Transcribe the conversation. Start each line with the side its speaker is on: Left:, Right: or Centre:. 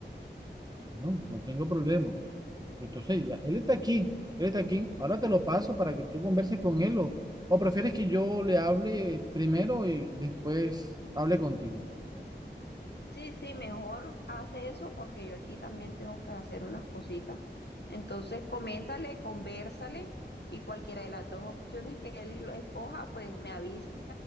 Right: No, no tengo problema. Entonces ya, él está aquí, él está aquí. Ahora te lo paso para que tú converses con él o, o prefieres que yo le hable primero y después hable contigo.
Left: Sí, sí, mejor hace eso porque yo aquí también tengo que hacer unas cositas. Entonces, coméntale, conversale y cualquiera de las dos opciones que él escoja, pues me avisa